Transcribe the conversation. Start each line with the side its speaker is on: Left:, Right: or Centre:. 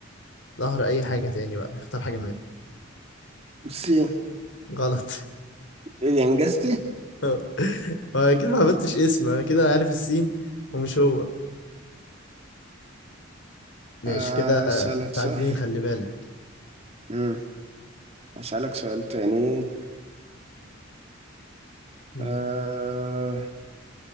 Left: نهر أي حاجة تاني بقى اختار حاجة منهم
Right: بصي
Left: غلط
Right: اللي انجزتي
Left: <laughs> ما أكيد ما هبتش اسم أنا كده عارف السين ومش هو ماشي
Right: آه،
Left: كده
Right: اسالك
Left: متعادلين
Right: سؤال
Left: خلي بالك
Right: امم اسالك سؤال تاني
Left: مم.
Right: أه...